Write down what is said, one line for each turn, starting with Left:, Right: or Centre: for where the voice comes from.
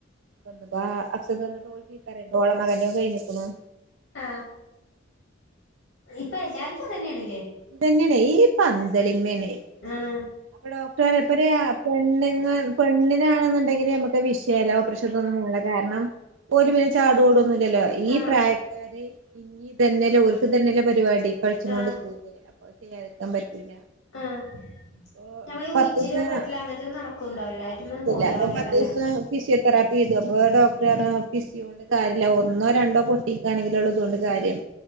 Right: ഇന്നിപ്പാ അഫ്സത്ത് ഇന്ന് ഓള് ചിത്ത പറയണ്ട് ഓളെമകൻ്റെ തും കഴിഞ്ഞിക്കണോ
Left: ആ ഇപ്പൊ എല്ലാർക്കും ഇതന്നെണല്ലേ
Right: ഇതന്നെണ് ഈ പന്തളിമ്മേണ്
Left: ആഹ്
Right: അപ്പൊ ഡോക്ടർ പറയാ ഇപ്പ പെണ്ണ പെണ്ണിനാണെന്നുണ്ടെങ്കില് നമ്മുക്ക് വിഷയല്ല പ്രഷറുള്ള കാരണം ഓല് പിന്നെ ചാടി ഓടൊന്നില്ലല്ലോ ഈ
Left: ആഹ്
Right: പ്രായക്കാര് ഇനി തന്നല്ലോ ഓൽക്ക് തന്നെയല്ലോ പരിപാടി കളിച്ചും
Left: ആഹ്
Right: കൊണ്ട് നിക്കുലേ അപ്പൊ അത്ചെയ്യാതിക്കാൻ പറ്റൂല
Left: ആഹ്
Right: അപ്പൊ
Left: നമ്മള് ഈഴിച്ചിലോ
Right: പത്തീസം
Left: കെട്ടലോ അങ്ങനത്തെ ഒന്നും നടക്കുണ്ടാവലല്ലോ
Right: ആഹ്
Left: അ തെറ്റ്
Right: അത്
Left: ഒന്നും
Right: നടക്കൂല
Left: പോവുലേ
Right: അപ്പൊ പത്തീസം
Left: ക്കാരുല്ലേ
Right: ഫിസിയോതെറാപ്പി ചെയ്തു അപ്പൊ ഡോക്ടർ ഫിസിയോണ്ട് കാര്യല്ലാ ഒന്നോ രണ്ടോ പൊട്ടിക്കാണെങ്കില ഉള്ളതുകൊണ്ട് കാര്യം